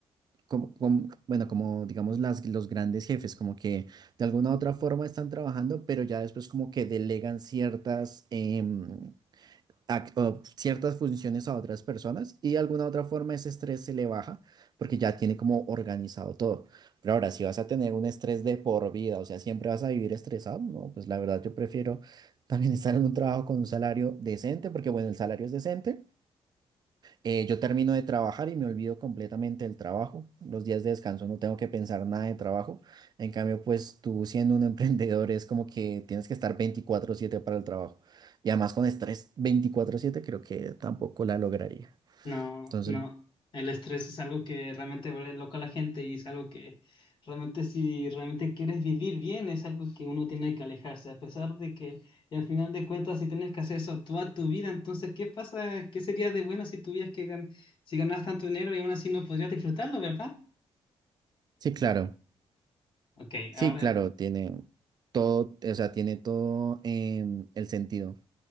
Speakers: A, on the right; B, on the left.
A: como, como- bueno, como digamos las, los grandes jefes, como que de alguna u otra forma están trabajando, pero ya después como que delegan ciertas, em, a- o ciertas funciones a otras personas y de alguna otra forma ese estrés se le baja porque ya tiene como organizado todo. Pero ahora, si vas a tener un estrés de por vida, o sea, siempre vas a vivir estresado, no, pues la verdad yo prefiero también estar en un trabajo con un salario decente, porque bueno, el salario es decente eh, yo termino de trabajar y me olvido completamente del trabajo. Los días de descanso no tengo que pensar nada de trabajo. En cambio, pues tú siendo un <laughs> emprendedor es como que tienes que estar veinticuatro siete para el trabajo. Y además con estrés veinticuatro siete creo que tampoco la lograría.
B: No,
A: Entonces,
B: no. El estrés es algo que realmente vuelve loco a la gente y es algo que realmente si realmente quieres vivir bien es algo que uno tiene que alejarse, a pesar de que y al final de cuentas si tienes que hacer eso toda tu vida, entonces ¿qué pasa? ¿Qué sería de bueno si tuvieras que gan- si ganas tanto dinero y aún así no podrías disfrutarlo, ¿verdad?
A: sí, claro.
B: Ok,
A: Sí,
B: ahora
A: claro, tiene todo, o sea, tiene todo em, el sentido.